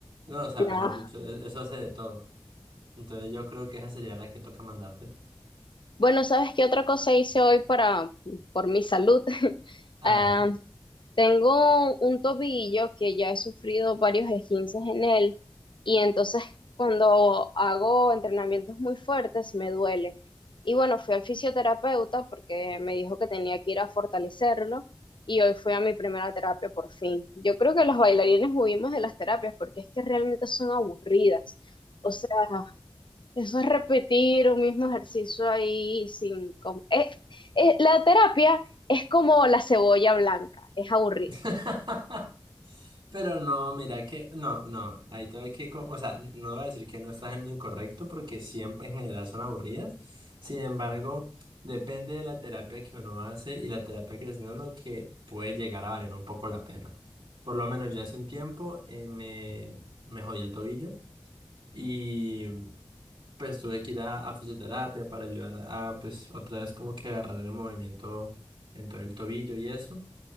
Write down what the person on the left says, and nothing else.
No.
Bueno, ¿sabes qué otra cosa hice hoy para, por mi salud? <laughs>
Ah,
tengo un tobillo que ya he sufrido varios esguinces en él y entonces cuando hago entrenamientos muy fuertes me duele. Y bueno, fui al fisioterapeuta porque me dijo que tenía que ir a fortalecerlo y hoy fui a mi primera terapia por fin. Yo creo que los bailarines huimos de las terapias porque es que realmente son aburridas. O sea, Eso es repetir un mismo ejercicio ahí sin... com- eh, eh, la terapia es como la cebolla blanca, es aburrida.